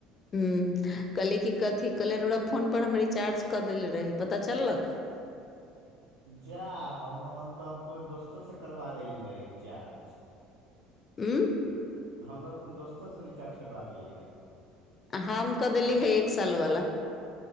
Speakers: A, on the left; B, on the right.
A: ह्म। कहली कि कथि कहलियै रउरा फोन पर हम रिचार्ज कऽ देेले रही। पता चललक? <unintelligible>
B: जाह हम, हम तऽ अपन दोस्तोसँ करबा लेली ते रिचार्ज।
A: हूं।
B: हम तऽ अपन दोस्तोसँ रिचार्ज करबा लेलियै रहए।
A: हम क देली हे, एक सालवाला।